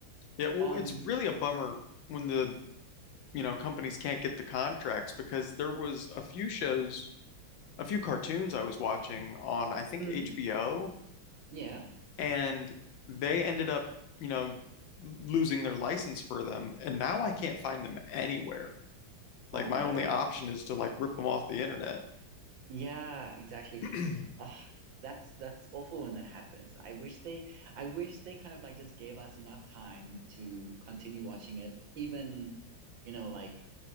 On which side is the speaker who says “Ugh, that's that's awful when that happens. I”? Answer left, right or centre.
Right